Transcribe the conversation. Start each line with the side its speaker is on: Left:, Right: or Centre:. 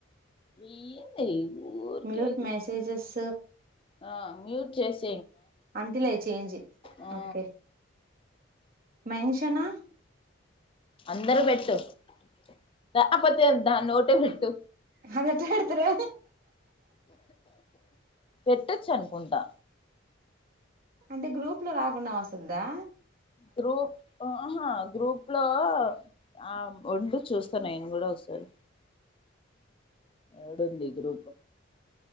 Left: ఏంది ఊరికే
Right: మ్యూట్ మెసేజెస్
Left: ఆ మ్యూట్ చేసి
Right: అంటిలే చేజ్
Left: ఆ
Right: ఓకే మెన్షన్
Left: అందరు పెట్టు <unintelligible> నోటే పెట్టు
Right: ఆది ఎట్టా పెడతారే
Left: పెట్టొచ్చు అనుకుంటా
Right: అంటే గ్రూప్ లో రాకుండా వస్తుందా
Left: గ్రూప్ ఆహా గ్రూప్ లో ఆ వండు చూస్తా నేను కూడా ఒకసారి ఎడుంది ఈ గ్రూప్